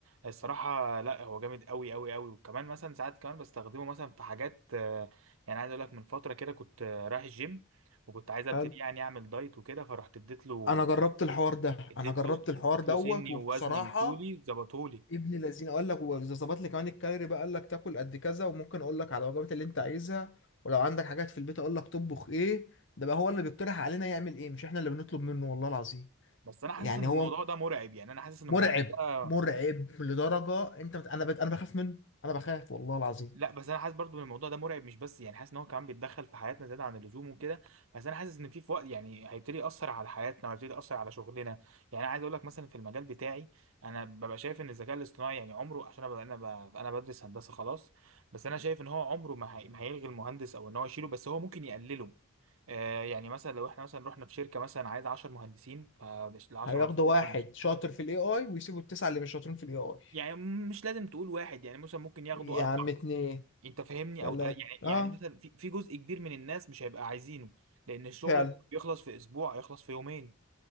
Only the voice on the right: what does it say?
الصراحه لا هو جامد قوي قوي قوي وكمان مثلا ساعات كمان بستخدمه مثلا في حاجات آه يعني عايز اقول لك من فتره كده كنت آه، رايح الجيم وكنت عايز ابتدي
يعني اعمل دايت وكده فرحت اديت له
اديت
له
اديت
له سني
ووزني وطولي ظبطولي
بس انا حاسس
ان الموضوع
ده مرعب يعني انا حاسس ان
الموضوع ده
لا بس انا حاسس برضو ان الموضوع ده مرعب مش بس يعني حاسس ان هو كمان بيتدخل في حياتنا زياده عن اللزوم وكده بس انا حاسس ان في في وقت يعني هيبتدي ياثر على حياتنا وهيبتدي ياثر على شغلنا يعني انا عايز اقول لك مثلا في المجال بتاعي انا ببقى شايف ان الذكاء الاصطناعي يعني عمره عشان انا انا ب- أنا بدرس هندسه خلاص بس انا شايف ان هو عمره ما هي- ما هيلغي المهندس او ان هو يشيله بس هو ممكن يقلله آه، يعني مثلا لو احنا مثلا رحنا في شركه مثلا عايز 10 مهندسين فمش ال 10
مهندسين دول
كانوا-
يعني مش لازم تقول واحد يعني مثلا ممكن ياخدوا
اربعه
انت فاهمني
او تل- يعني
يعني مثلا في في جزء كبير من الناس مش هيبقى عايزينه لان الشغل
اللي بيخلص في اسبوع هيخلص في يومين